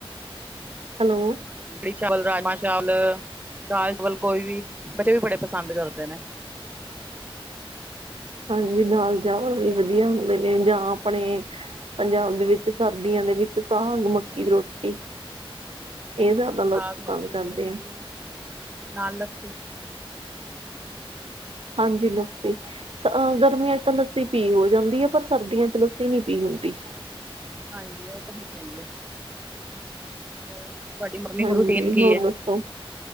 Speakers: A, on the right; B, on the right.
A: ਹੈਲੋ
B: ਹਾਂਜੀ ਕੜ੍ਹੀ ਚਾਵਲ, ਰਾਜਮਾ ਚਾਵਲ ਦਾਲ ਚਵਲ ਕੋਈ ਵੀ ਬੱਚੇ ਵੀ ਬੜੇ ਪਸੰਦ ਕਰਦੇ ਨੇ।
A: ਹਾਂਜੀ,
B: ਹੋਰ
A: ਦਾਲ ਚਾਵਲ ਵੀ ਵਧੀਆ ਹੁੰਦੇ ਨੇ ਜਾਂ ਆਪਣੇ ਪੰਜਾਬ ਦੇ ਵਿੱਚ ਸਰਦੀਆਂ ਦੇ ਵਿੱਚ ਸਾਗ, ਮੱਕੀ ਦੀ ਰੋਟੀ। ਇਹ ਜ਼ਿਆਦਾ
B: ਹਾਂ
A: ਲੋਕ
B: ਸਾਗ
A: ਪਸੰਦ
B: ਮੱਕੀ
A: ਕਰਦੇ
B: ਦੀ ਰੋਟੀ
A: ਆ।
B: ਨਾਲ ਲੱਸੀ।
A: ਹਾਂਜੀ ਲੱਸੀ, ਅ ਗਰਮੀਆਂ
B: ਹਾਂਜੀ
A: ਚ ਤਾਂ ਲੱਸੀ ਪੀ ਹੋ ਜਾਂਦੀ ਐ। ਪਰ ਸਰਦੀਆਂ ਚ ਲੱਸੀ ਨੀ ਪੀ ਹੁੰਦੀ।
B: ਹਾਂਜੀ, ਉਹ ਤਾਂ ਹੈ ਹੀ ਆ। ਹੋਰ ਤੁਹਾਡੀ ਮੋਰਨਿੰਗ
A: ਹਾਂਜੀ
B: ਰੂਟੀਨ ਕੀ
A: ਹੋਰ
B: ਐ,
A: ਦੱਸੋ